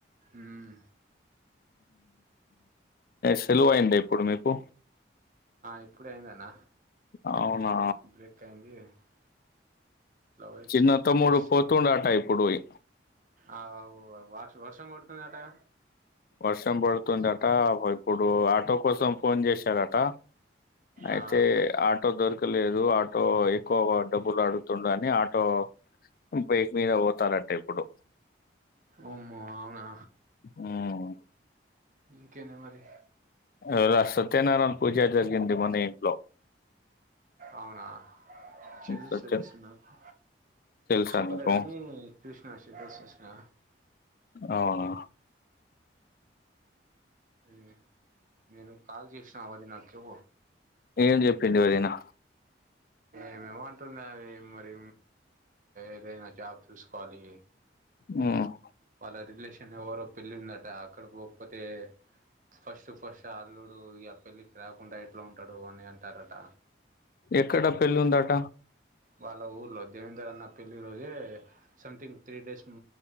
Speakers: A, on the right; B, on the left.
A: ఉమ్
B: సలువు అయిడి ఇప్పుడు మీకు
A: ఇప్పుడ అయిందన్న
B: అవునా
A: బ్రేక్ అయింది ఇట్లా వచ్చి
B: చిన్న తమ్ముడు
A: జ్యూస్
B: పోతుండా టైప్ పడుయి
A: ఆ వష వర్షం కొడుతు చటా
B: వర్షం పడుతుందట ఇప్పుడు ఆటో కోసం ఫోన్ చేశారట అయితే
A: ఆ
B: ఆటో దొర్క లేదు ఎక్కువగా డబ్బు లు అడుగుతుడు అని ఆటో బైక్ మీద పోతారట ఇప్పుడు
A: ఆమా అవునా
B: ఉవ్
A: ఇంకేమె మరి
B: ఇగ సత్యనారాయణ పూజ జరిగింది మన ఇంట్లో
A: అవునా చెదు
B: సత్యం
A: చ నాకు
B: తెలుసా
A: చెప్పలే
B: నీకు
A: కాని కృష్ణ చెద్ద చసినా
B: అవునా
A: ఏ, నేను కాల్ చేసినా అది నచ్చకే
B: ఏం చెప్పిండు వదినా
A: మేమంటుంన్నా అది మరి ఏదైనా జాబ్ చూసుకోవాలి
B: ఉమ్
A: వాళ్ళ రిలేషన్ ఎవరో పెళ్ళి ఉందట అక్కడ పోక్పోతే ఫస్ట్ ఫస్ట్ అల్లుడు ఇ ఆ పెళ్ళికి రాకుండ ఎట్లా ఉంటాడు అని అంటారట
B: ఎక్కడ పెళ్ళి ఉందట
A: వాళ్ళ ఊర్లో దేవేందర్ అన్న పెళ్లిి రోజే సంథింగ్ త్రీ డేస్ మ